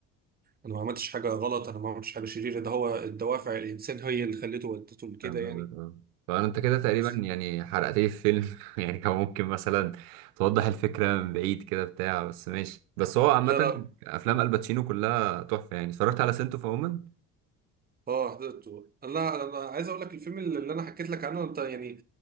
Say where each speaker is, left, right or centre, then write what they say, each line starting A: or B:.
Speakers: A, on the right (about 20°); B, on the right (about 75°).
A: انا ما عملتش حاجه غلط انا ما عملتش حاجه شريره ده هو الدوافع الانسان هي اللي خلته ودته لكده
B: فاهم
A: يعني
B: قصدك اه فانت كده تقريبا
A: بس
B: يعني حرقت لي الفيلم <laughs> يعني كان ممكن مثلا توضح الفكره من بعيد كده بتاع بس ماشي بس هو عامه
A: لا لا
B: افلام الباتشينو كلها تحفه يعني اتفرجت على سنتو فومن
A: اه حضرته لا انا عايز اقول لك الفيلم اللي انا حكيت لك عنه انت يعني